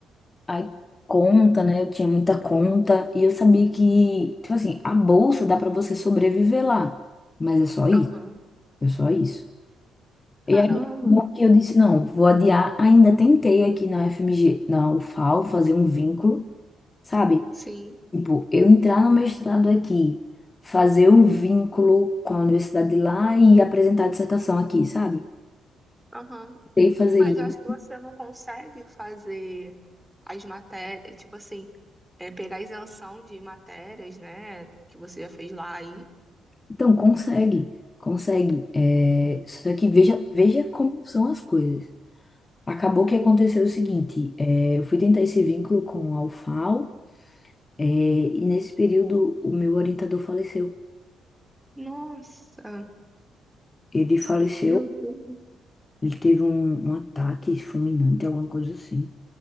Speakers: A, on the left; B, in the centre.
A: Aí, conta, né? Eu tinha muita conta. E eu sabia que, tipo assim, a bolsa dá para você sobreviver lá. Mas é só isso,
B: Aham.
A: é só isso. E
B: Caramba.
A: aí, acabou que eu disse, não, vou adiar. Ainda tentei aqui na FMG, na UFAL, fazer um vínculo, sabe?
B: Sim.
A: Tipo, eu entrar no mestrado aqui, fazer um vínculo com a universidade de lá e apresentar a dissertação aqui, sabe?
B: Aham.
A: Tem que fazer
B: Mas
A: isso.
B: eu acho que você não consegue fazer as matérias, tipo assim, é, pegar a isenção de matérias, né? Que você já fez lá aí.
A: Então, consegue, consegue. É, só que veja, veja como são as coisas. Acabou que aconteceu o seguinte, é, eu fui tentar esse vínculo com a UFAL, é, e nesse período o meu orientador faleceu.
B: Nossa,
A: Ele faleceu,
B: meu Deus.
A: ele teve um, um ataque fulminante, alguma coisa assim.